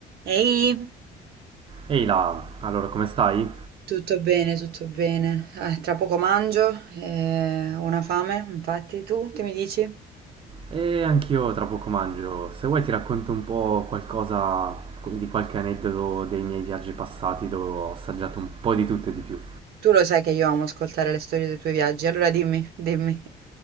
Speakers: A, on the right; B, on the right.
A: Ehi,
B: Ehi là, allora come stai?
A: Tutto bene, tutto bene. Eh, tra poco mangio, eh, ho una fame, infatti tu che mi dici?
B: E anch'io tra poco mangio. Se vuoi ti racconto un po' qualcosa di qualche aneddoto dei miei viaggi passati dove ho assaggiato un po' di tutto e di più.
A: Tu lo sai che io amo ascoltare le storie dei tuoi viaggi, allora dimmi, dimmi.